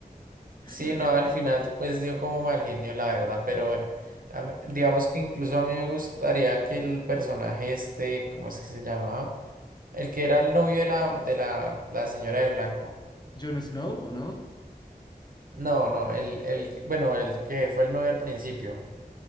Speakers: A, on the left; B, on the right.
A: <laughs>
B: Sí, no,
A: Y-
B: el final pues dio como mal genio, la verdad, pero bueno. a mí- digamos que incluso a mí me gustaría que el personaje este, ¿cómo es que se llamaba? El que era el novio de la, de la, la señora de blanco.
A: Jon Snow, ¿o no?
B: No, no, el, el, que- bueno, el que fue el novio al principio.